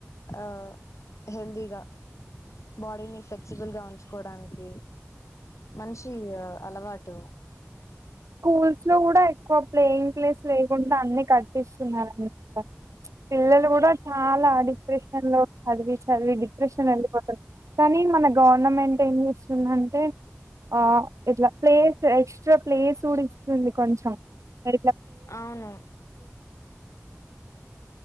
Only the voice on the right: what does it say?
స్కూల్స్ లో కూడా ఎక్కువ ప్లేన్ ప్లేస్ లేకుండా అన్ని కట్పిస్తున్నారండి అక్కడ పిల్లలు కూడా చాలా డిప్రెషన్ లో చదివి చదివి డిప్రెషన్ వేళ్ళీపోతారు కానీ మన గవర్నమెంట్ ఏం చేస్తుందంటే ఆ ఇట్ల ప్లేస్ ఎక్స్ట్రా ప్లేస్ చూడిస్తుంది కొంచెం <inaudible>